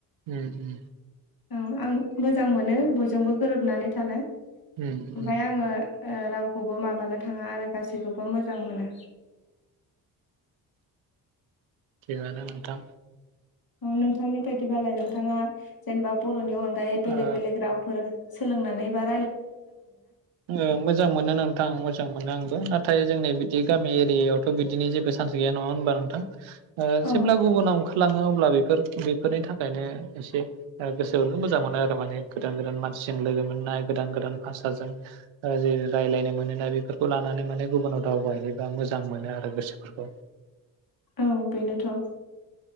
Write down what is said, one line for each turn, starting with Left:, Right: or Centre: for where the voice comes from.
Right: उम उम
Left: औ आं मोजां मोनो बयजोंबो गोरोबनानै थानो
Right: उम
Left: ओमफाय
Right: उम
Left: आङो ओ रावखौबो माबानो थाङा आरो गासैखौबो मोजां मोजां मोनो
Right: थिगानो नोंथां
Left: नोंथांनि बायदिबालाय नोंथाङा जेनबा बर'नि अनगायै बेलेग
Right: ओ
Left: बेलेग रावफोर सोलोंनानैबा
Right: ओ मोजां मोनो नोंथां मोजां मोनो आंबो ना नाथाय जोंनि बिदि गामि एरियायावथ' बिदिनि जेबो चान्स गैया नङा होनबा नोंथां
Left: औ
Right: जेब्ला गुबुनाव ओंखारलाङो अब्ला अब्ला बे बेफोरनि थाखायनो एसे गोसो मोजां मोनो आरो माने गोदान गोदान मानसिजों लोगो मोननाय गोदान गोदान गोदान भाषाजों जों रायज्लायनो मोनोना बेफोरखौ लानानै माने गुबुनाव दावबायायोबा मोजां मोनो आरो गोसोफोरखौ
Left: औ बेनोथ'